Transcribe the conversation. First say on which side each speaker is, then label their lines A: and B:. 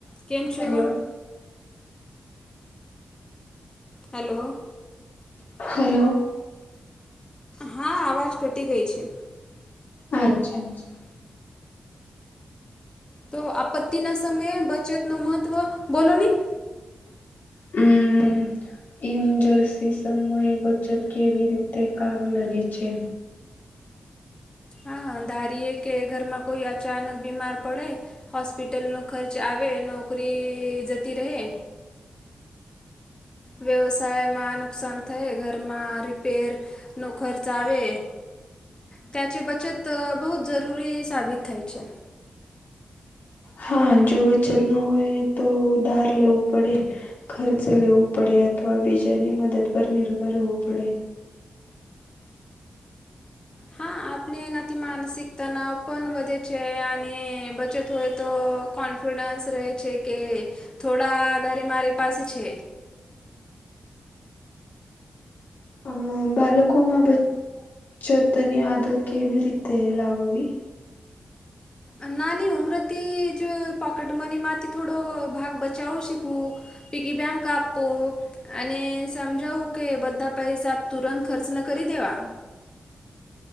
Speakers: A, on the left; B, on the left.
A: કેમ છો.
B: Hello
A: hello.
B: Hello.
A: હા આવાજ કટી ગઈ છે.
B: આચ્છા અચ્છા.
A: તો આપત્તિના સમયે બચતનું મહત્ત્વ બોલો ની.
B: હમમ્મ. ઇમજર્સી સમયે બચત કેવી રીતે કામ લગે છે.
A: હા હા ધારીએ કે ઘરમાં કોઈ અચાનક બીમાર પડે. હોસ્પિટલનો ખર્ચ આવે નોકરી જતી રહે. વ્યવસાયમાં નુકસાન થય ઘરમાં રિપેર નો ખર્ચ આવે. ત્યાં છે બચત બહુ જ જરૂરી સાબિત થાય છે.
B: હા જો બચત ના હોય તો ઉધાર લેવું પડે. ખર્ચ લેવું પડે અથવા બીજાની મદદ પર નિર્ભર હોવુ પડે.
A: હા આપને એનાથી માનસિક તનાવ પણ વધે છે અને બચત હોય તો કોન્ફિડન્સ રહે છે કે થોડા આધારે મારી પાસે છે.
B: અ બાલકો માં બચ્ચતની આદત કેવી રીતે લાવવી.
A: અ નાની ઉમરથી જ પોકેટ મની માંથી થોડો ભાગ બચાવો શીખવું. પીકી બેંક આપો. અને સમજાવું કે બધા પૈસા તુરંત ખર્ચ ન કરી દેવા.